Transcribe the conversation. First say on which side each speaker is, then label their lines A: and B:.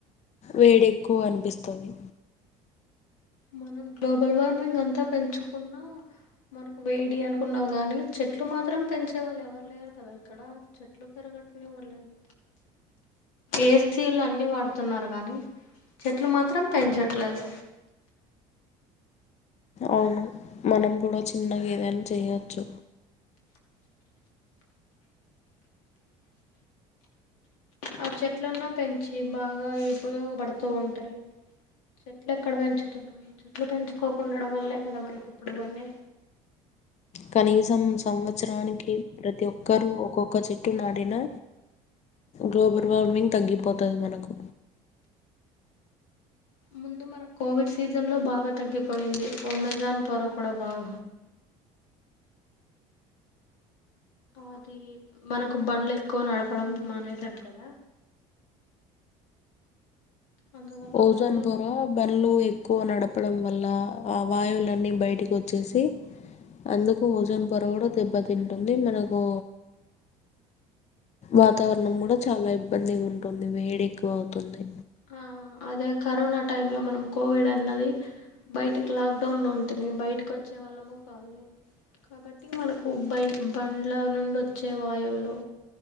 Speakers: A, on the left; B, on the left.
A: వేడి ఎక్కువ అనిపిస్తుంది.
B: మనం గ్లోబల్ వార్మింగ్ అంతా పెంచుకున్నా మనకు వేడి అనుకున్నావు. కానీ చెట్లు మాత్రం పెంచే వాళ్ళు ఎవరు లేరు కదా ఇక్కడ చెట్లు పెరగటనివ్వలేదు. ఏసీలు అన్ని వాడుతున్నారు కానీ చెట్లు మాత్రం పెంచట్లేదు.
A: అవునా మనం కూడా చిన్నగా ఏదైనా చేయ్యచ్చు.
B: ఆ చెట్లన్నా పెంచి బాగా ఉపయోగపడుతూ ఉంటాయి. చెట్లు ఎక్కడ పెంచుతున్నారు చెట్లు పెంచుకోకుండడం వల్లే కదా మనకి ఇప్పుడు ఇవన్నీ
A: కనీసం సంవత్సరానికి ప్రతి ఒక్కరు ఒకోక్ ఒక్క చెట్టు నాడినా గ్లోబల్ వార్మింగ్ తగ్గిపోతది మనకు
B: ముందు మన కోవిడ్ సీజన్లో బాగా తగ్గిపోయింది ఒమెజాన్ పొర కూడా బాగ అది మనకు బండ్లు ఎక్కువ నడపడం మానేసాం కదా అందువల్ల
A: ఓజోన్
B: బండ్లు
A: ద్వారా బండ్లు ఎక్కువ నడప నడపడం వల్ల ఆ వాయువులన్నీ బయటికి వచ్చేసి అందుకు ఓజోన్ పొర కూడా దెబ్బతింటుంది మనకు వాతావరణం కూడా చాలా ఇబ్బందిగుంటుంది. వేడి ఎక్కువ అవుతుంది.
B: ఆ అదే కరోనా టైంలో మనం కోవిడ్ అన్నది బయటికి లాక్డౌన్లో ఉంటుంది. బయటకు వచ్చే వాళ్ళము కాదు కాబట్టి మనకు బయ బండ్ల నుండి వచ్చే వాయువులు